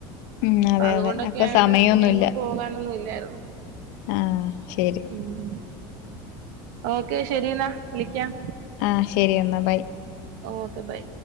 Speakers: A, on the left (about 60°); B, on the right (about 60°).
A: ഉം
B: അപ്പ
A: അതെ
B: അതുകൊണ്ടൊക്കെ
A: അതെ അപ്പൊ
B: ആണ്ട്
A: സമയൊന്നുല്ല
B: എങ്ങും പോകാനൊന്നും ഇല്ലായിരുന്നു.
A: ആഹ് ശരി.
B: ഉം ഓക്കെ ശരിന്നാ വിളിക്കാം.
A: ആഹ് ശരിന്നാ ബൈ.
B: Okay by